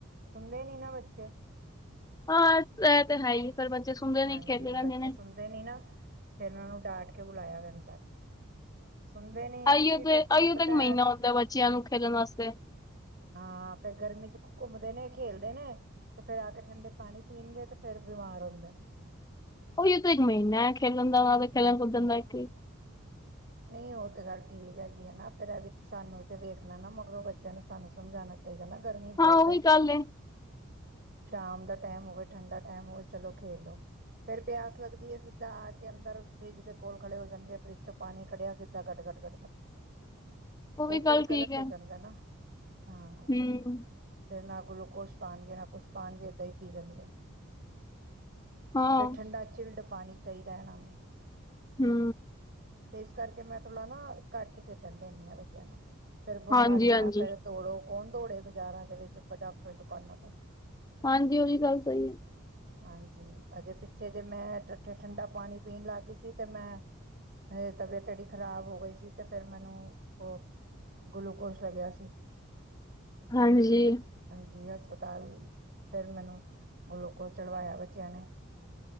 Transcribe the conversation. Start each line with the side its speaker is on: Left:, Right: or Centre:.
Right: ਸੁਣਦੇ ਨੀ ਨਾ ਬੱਚੇ
Left: ਹਾਂ ਇਹ ਤੇ ਹੈ ਹੀ ਫਿਰ ਬੱਚੇ ਸੁਣਦੇ
Right: ਹਾਂਜੀ
Left: ਨੀ ਖੇਲਦੇ ਰਹਿੰਦੇ
Right: ਬੱਚੇ
Left: ਨੇ
Right: ਸੁਣਦੇ ਨੀ ਨਾ ਫੇਰ ਉਹ ਨੂੰ ਡਾਟ ਕਿਉ ਬੁਲਾਇਆ ਹੈਗਾ ਸੁਣਦੇ ਨੇ
Left: ਆਈਓ
Right: ਕਿਉਂਕਿ
Left: ਤੇ
Right: ਫਿਰ ਤੁਹਾਨੂੰ
Left: ਆਈਓ
Right: ਪਤਾ
Left: ਤਾਂ ਇੱਕ ਮਹੀਨਾ ਹੁੰਦਾ ਬੱਚਿਆਂ ਨੂੰ ਖੇਲਣ ਵਾਸਤੇ।
Right: ਹਾਂ ਫਿਰ ਗਰਮੀ ਚੋ ਘੁੰਮਦੇ ਨੇ ਖੇਡਦੇ ਨੇ, ਤੇ ਫੇਰ ਆ ਕੇ ਠੰਡੇ ਪਾਣੀ ਪੀਣਗੇ ਤੇ ਫੇਰ ਬਿਮਾਰ ਹੁੰਦੇ ਨੇ।
Left: ਉਹੀਉ ਤਾਂ, ਇੱਕ ਮਹੀਨਾ ਖੇਡਣ ਦਾ ਨਾਲੇ ਖੇਡਣ ਕੁੱਦਣ ਦਾ ਇੱਕ ਹੀ।
Right: ਨਹੀਂ ਉਹ ਤੇ ਗੱਲ ਠੀਕ ਹੈਗੀ ਆ ਨਾ, ਫੇਰ ਇਹ ਵੇ ਸਾਨੂੰ ਤੇ ਵੇਖਣਾ ਨਾ, ਮਗਰੋਂ ਬੱਚਿਆਂ ਨੂੰ ਸਾਨੂੰ ਸਮਝਾਉਣਾ ਚਾਹੀਦਾ ਨਾ। ਗਰਮੀ ਬਹੁਤ
Left: ਹਾਂ ਉਹ
Right: ਹੈ।
Left: ਵੀ ਗੱਲ ਏ।
Right: ਸ਼ਾਮ ਦਾ ਟਾਈਮ ਹੋਵੇ, ਠੰਡਾ ਟਾਈਮ ਹੋਵੇ ਚਲੋ ਖੇਲੋ, ਫੇਰ ਪਿਆਸ ਲੱਗਦੀ ਹੈ, ਸਿੱਧਾ ਆ ਕੇ ਅੰਦਰ ਫਰਿੱਜ ਦੇ ਕੋਲ ਖੜੇ ਹੋ ਜਾਣਗੇ ਫਰਿੱਜ ਚ- ਪਾਣੀ ਕੱਢਿਆ ਸਿੱਧਾ ਘੱਟ- ਘੱਟ, ਘੱਟ- ਘਟ।
Left: ਵੀ
Right: ਉਹ
Left: ਗੱਲ
Right: ਫਿਰ
Left: ਠੀਕ
Right: ਗ਼ਲਤ
Left: ਹੈ
Right: ਹੋ ਜਾਂਦਾ ਨਾ। ਹਾਂ।
Left: ਹੂੰ
Right: ਫਿਰ ਨਾ ਗਲੂਕੋਸ ਪਾਉਣਗੇ, ਨਾ ਕੁਛ ਪਾਉਣਗੇ ਇਦਾ ਹੀ ਪੀ ਲੈਣਗੇ।
Left: ਹਾਂ
Right: ਫੇਰ ਠੰਡਾ ਚਿਲਡ, ਪਾਣੀ ਚਾਹੀਦਾ ਇਹਨਾ ਨੂੰ।
Left: ਹੂੰ।
Right: ਤੇ, ਇਸ ਕਰਕੇ ਮੈਂ ਥੋੜਾ ਨਾ ਘੱਟ ਹੀ ਖੇਡਣ ਦਿੰਦੀ ਹਾਂ ਬੱਚਿਆਂ ਨੂੰ। ਫੇਰ ਬਿਮਾਰੀਆਂ
Left: ਹਾਂਜੀ-ਹਾਂਜੀ।
Right: ਫੇਰ <unintelligible> ਦੋੜਾ ਕੌਣ ਦੌੜੇ ਬਾਜ਼ਾਰਾਂ ਦੇ ਵਿੱਚ ਫਟਾਫਟ ਦੁਕਾਨਾਂ ਤੇ।
Left: ਹਾਂਜੀ, ਉਹੀ ਗੱਲ ਸਹੀ ਹੈ।
Right: ਹਾਂਜੀ, ਅਜੇ ਪਿੱਛੇ ਜੇ ਮੈਂ, <unintelligible> ਠੰਡਾ ਪਾਣੀ ਪੀਣ ਲੱਗ ਗਈ ਸੀ ਤੇ ਮੈਂ- ਮੇਰੀ ਤਬੀਅਤ ਐਡੀ ਖ਼ਰਾਬ ਹੋ ਗਈ ਸੀ, ਤੇ ਫੇਰ ਮੈਨੂੰ ਉਹ ਗਲੂਕੋਸ ਲੱਗਿਆ ਸੀ।
Left: ਹਾਂਜੀ।
Right: ਜੀ ਹਸਪਤਾਲ ਫੇਰ ਮੈਨੂੰ, ਗਲੂਕੋਸ ਚੜਵਾਇਆ ਬੱਚਿਆਂ ਨੇ।